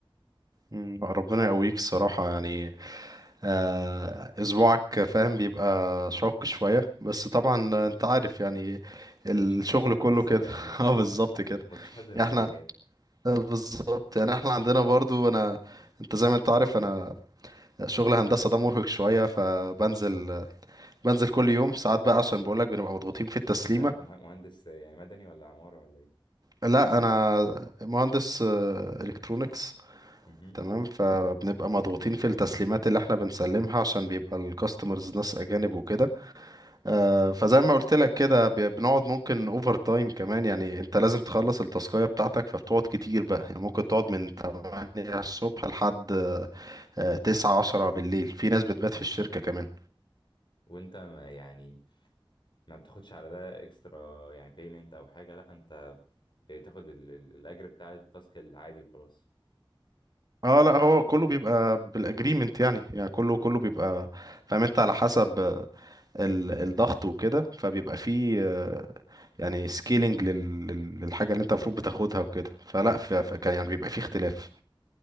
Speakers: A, on the right; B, on the left.
A: أمم، ربنا يقويك الصراحة يعني آه، اسبوعك فاهم بيبقى شاق شوية بس طبعا انت عارف يعني الشغل
B: مفيش ح- مفيش حاجه
A: كله
B: بالسهله
A: كده
B: اكيد
A: <laughs> اه
B: طبعا
A: بالظبط
B: اه
A: كده
B: ومفيش حد مرتاح
A: احنا
B: يعني
A: آه، بالظبط يعني احنا عندنا برضو انا انت زي ما انت عارف انا شغل هندسة ده مرهق شوية فبنزل بنزل كل يوم ساعات بقى عشان بقولك بنبقى مضغوطين في التسليمة
B: انت مه- مهندس يعني مدني ولا عماره ولا ايه
A: لا انا مهندس الكترونكس
B: مهم.
A: تمام فبنبقى مضغوطين في التسليمات اللي احنا بنسلمها عشان بيبقى الكاستمرز ناس اجانب وكده آه، فزي ما قلت لك كده بي- بنقعد ممكن اوفر تايم كمان يعني انت لازم تخلص التاسكية بتاعتك فبتقعد كتير بقى يعني ممكن تقعد من 8 الصبح لحد آه، 9 10 بالليل في ناس بتبات في الشركة كمان
B: وانت ما يعني ما بتاخدش على ده اكسترا يعني بيمنت او حاجه لا انت بتاخد ال- ال- الاجر بتاع التاسك العادي وخلاص
A: اه لا هو كله بيبقى بالاجريمنت يعني يعني كله كله بيبقى فاهم انت على حسب آه، ال- الضغط وكده فبيبقى فيه آه، يعني سكيلينج للحاجة اللي انت المفروض بتاخدها وكده فلا ف- فكان يعني بيبقى فيه اختلاف